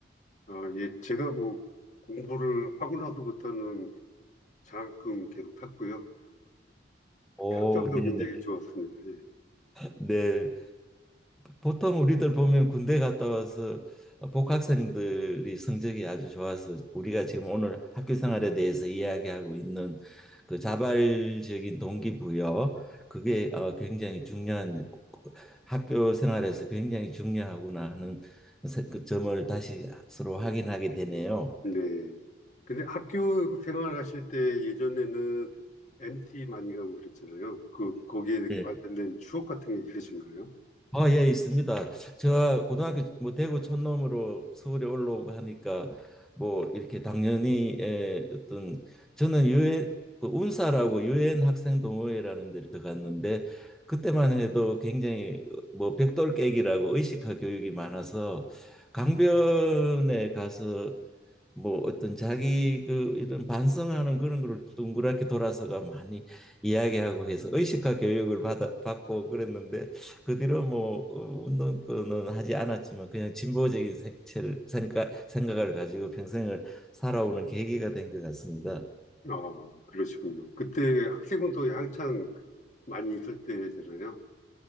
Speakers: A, on the left; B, in the centre.
A: 아, 예, 제가 뭐 공부를 하고 나서부터는 장학금 계속 탔고요.
B: 오,
A: 학점도
B: 네네.
A: 굉장히 좋았습니다. 예.
B: 네, 보통 우리들 보면 군대 갔다 와서 복학생들이 성적이 아주 좋아서 우리가 지금 오늘 학교 생활에 대해서 이야기하고 있는 그 자발적인 동기부여 그게 어, 굉장히 중요한 학교 생활에서 굉장히 중요하구나 하는 세- 그 점을 다시 서로 확인하게 되네요.
A: 네. 근데 학교 생활 하실 때 예전에는 MT 많이 가고 그랬잖아요. 그, 거기에
B: 네.
A: 관련된 추억 같은 게 있으신가요?
B: 아, 예, 있습니다. 제가 고등학교 뭐 대구 촌놈으로 서울에 올라오고 하니까 뭐 이렇게 당연히 에, 어떤 저는 유엔 그 운사라고 유엔 학생 동호회라는 데를 들어갔는데 그때만 해도 굉장히 뭐 백돌 깨기라고 의식화 교육이 많아서 강변에 가서 뭐 어떤 자기 그 이런 반성하는 그런 걸 둥그렇게 돌아서가 많이 이야기하고 해서 의식화 교육을 받아 받고 그랬는데 그 뒤로 뭐 어, 운동권은 하지 않았지만 그냥 진보적인 색채를 생각 생각을 가지고 평생을 살아오는 계기가 된 것 같습니다.
A: 아, 그러시군요. 그때 학생운동이 한창 많이 있을 때잖아요.